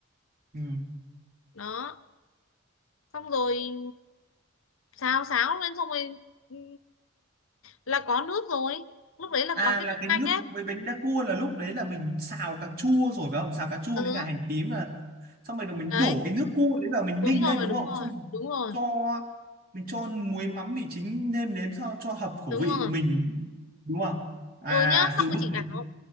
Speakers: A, on the right (about 45°); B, on the left (about 75°).
A: ừ
B: đó xong rồi xào xáo lên xong rồi ừ, là có nước rồi lúc đấy là
A: À
B: có cái
A: là
B: nước
A: cái
B: canh
A: nước
B: ấy
A: với bánh đa cua là lúc đấy là mình xào cà chua rồi phải không? Xào cà chua
B: ừ
A: với cả hành tím là xong rồi là mình
B: đấy
A: đổ cái nước cua đấy vào mình
B: đúng
A: ninh
B: rồi
A: lên đúng
B: đúng
A: không?
B: rồi
A: Xong mình
B: đúng rồi
A: cho mình cho muối mắm mì chính nêm nếm cho cho hợp khẩu
B: đúng
A: vị
B: rồi
A: mình đúng không? À
B: ừ nhá xong
A: từ
B: rồi
A: bước
B: chị
A: đấy.
B: bảo